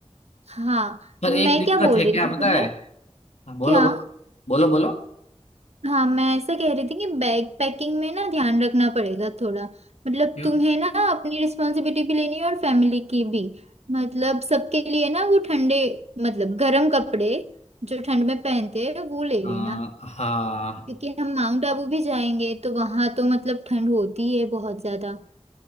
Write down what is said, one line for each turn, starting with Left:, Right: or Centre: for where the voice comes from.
Right: हाँ
Left: पर
Right: मैं
Left: एक दिक्कत
Right: क्या बोल
Left: है
Right: रही
Left: क्या
Right: थी
Left: पता
Right: तुम्हें
Left: है हाँ, बोलो
Right: क्या
Left: बोलो बोलो बोलो
Right: हाँ मैं ऐसा कह रही थी कि बैग पैकिंग में ना ध्यान रखना पड़ेगा थोड़ा मतलब
Left: क्यों
Right: तुम्हें ना अपनी रिस्पॉन्सिबिलिटी भी लेनी है और फैमिली की भी मतलब सबके लिए ना वो ठंडे मतलब गर्म कपड़े जो ठंड में पहनते हैं वो ले लेना
Left: हाँ हाँ
Right: क्योंकि हम माउंट आबू भी जाएंगे तो वहां तो मतलब ठंड होती है बहुत ज्यादा